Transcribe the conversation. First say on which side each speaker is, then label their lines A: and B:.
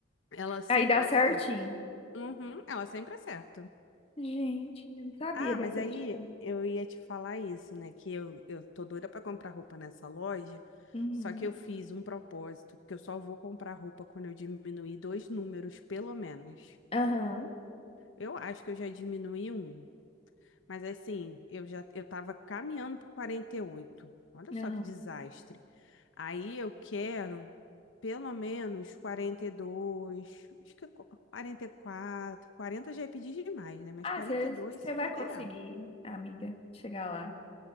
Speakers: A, on the left (about 85°); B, on the left (about 30°).
A: Ela sempre
B: Aí dá certinho.
A: acerta. Uhum, ela sempre acerta.
B: Gente, eu não sabia
A: Ah,
B: dessa
A: mas aí
B: dica, não.
A: eu ia te falar isso, né? Que eu, eu tô doida pra comprar roupa nessa loja,
B: Uhum.
A: só que eu fiz um propósito, que eu só vou comprar roupa quando eu diminuir dois números, pelo menos.
B: Aham,
A: Eu acho que eu já diminuí um, mas assim, eu já eu tava caminhando pro 48. Olha só
B: aham.
A: que desastre. Aí eu quero pelo menos 42, acho que 44, 40 já é pedir demais, né? Mas
B: Ah,
A: 42
B: você
A: seria
B: vai
A: o ideal.
B: conseguir, amiga, chegar lá.